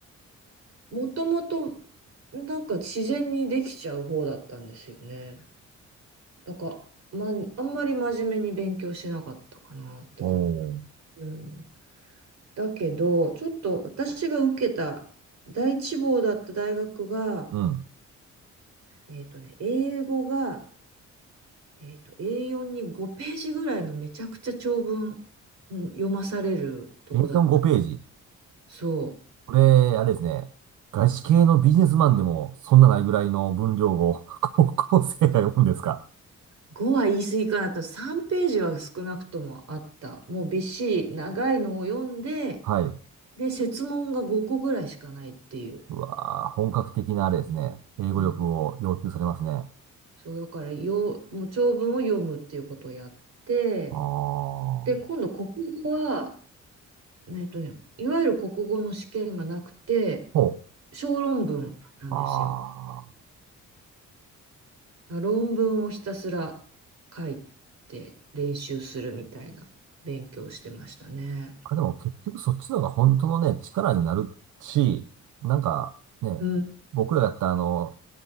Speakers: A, on the right; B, on the right.
A: もともと、なんか自然にできちゃう方だったんですよね。なんか、ま、あんまり真面目に勉強しなかったかなって感
B: おー。
A: じ。うん。だけど、ちょっと私が受けた第一志望だった大学が、
B: うん。
A: えっとね、英語が、えっと、A4 に5ページぐらいのめちゃくちゃ長文うん読まされるとこだった。
B: A45 ページ。
A: そ
B: これ、あれですね。外資系のビジネスマンでも、そんなないぐらいの分量を <laughs> 高校生が読むんですか
A: う。5は言い過ぎかなと。3ページは少なくともあった。もうびっしり長いのを読んで、
B: はい。
A: で、設問が5個ぐらいしかないっていう。
B: うわー、本格的なあれですね。英語力を要求されますね。
A: うんそう、だからよ、もう長文を読むっていうことをやって、
B: ああ。
A: で、今度国語は、えっとね、いわゆる国語の試験がなくて、
B: ほう。
A: 小論文なんですよ。
B: ああ。
A: 論文をひたすら書いて練習するみたいな勉強をしてましたね。
B: あ、でも結局そっちの方が本当のね、力になるし、なんかね、
A: うん、
B: 僕らがやったあの、